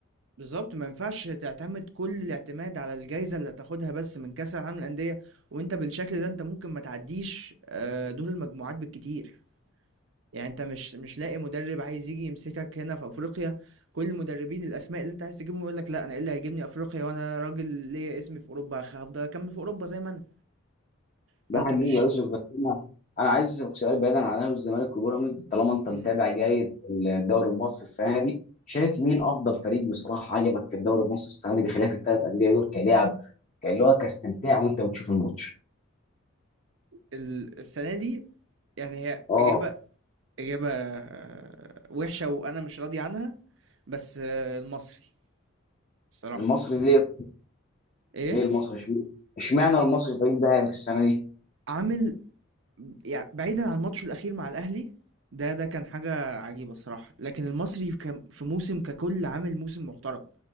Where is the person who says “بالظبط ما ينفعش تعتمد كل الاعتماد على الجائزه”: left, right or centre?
Right